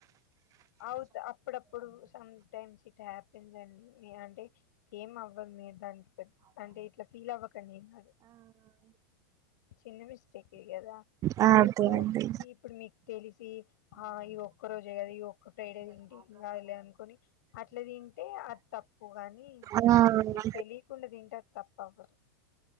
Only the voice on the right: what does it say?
ఆ
అదే
అదే
ఆ